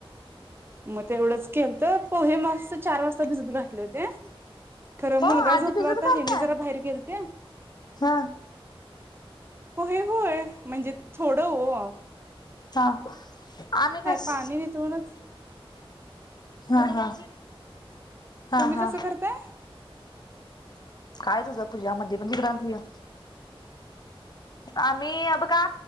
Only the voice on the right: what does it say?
मग तेवढंच केल तर पोहे मस् चार वाजता भिजत घाठले होते खरं
मुलगा
झोपला
होता
हेनी जरा बाहेर गेल गेलते
हो हे होय म्हणजे थोडं हो
पाणी निथळूनच
तुम्ही
कसं करताय